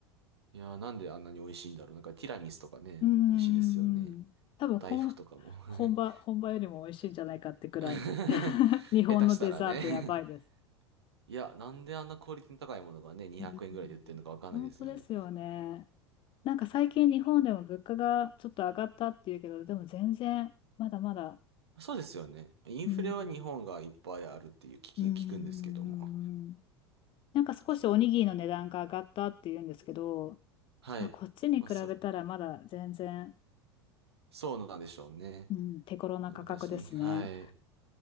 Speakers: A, on the right; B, on the left.
A: いや、なんであんなに美味しいんだろう。なんかティラミスとかね、
B: うん、
A: 美味しいですよね。
B: 多分本、
A: あと大福とかも。
B: 本場、
A: <laughs>
B: 本場よりも美味しいんじゃないかってくらい。
A: <laughs>
B: <laughs> 日本のデザートやばいです。
A: 下手したらねいや、なんであんなクオリティの高いものがね、200円ぐらいで売ってるのかわかんないですよね。
B: うん、本当ですよね。なんか最近日本でも物価がちょっと上がったっていうけど、でも全然まだまだ、
A: そうですよね。インフレは日本がいっぱいあるっていう聞き、
B: うん、うーん、
A: 聞くんですけども。
B: なんか少しおにぎりの値段が上がったっていうんですけど、
A: たくさんあるはい。
B: まあ、こっちに比べたらまだ全然、
A: まあ、それ。そうなんでしょうね。
B: うん、手頃な価格ですね。
A: で私、はい。